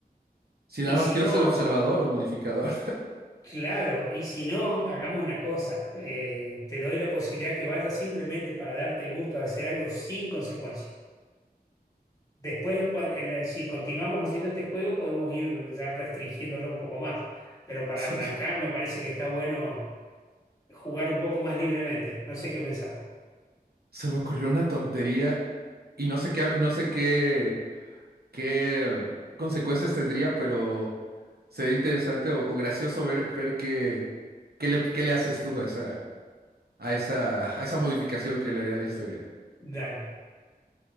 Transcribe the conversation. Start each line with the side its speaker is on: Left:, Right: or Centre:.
Right: Si nada
Left: Y
Right: más
Left: si
Right: quiero
Left: no,
Right: ser observador o modificador, <laughs>
Left: claro, y si no, hagamos una cosa, eh, te doy la posibilidad que vayas simplemente para darte el gusto de hacer algo sin consecuencias. Después, cua- en la- si continuamos haciendo este juego, podemos ir ya restringiéndolo un poco más. Pero para
Right: se,
Left: arrancar, me parece que está bueno jugar un poco más libremente. No sé qué pensar.
Right: se me ocurrió una tontería y no sé qué, no sé qué, qué consecuencias tendría, pero sería interesante o, o gracioso ver, ver qué, qué le, qué le haces tú a esa, a esa, a esa modificación que le haría a la historia.
Left: Dale,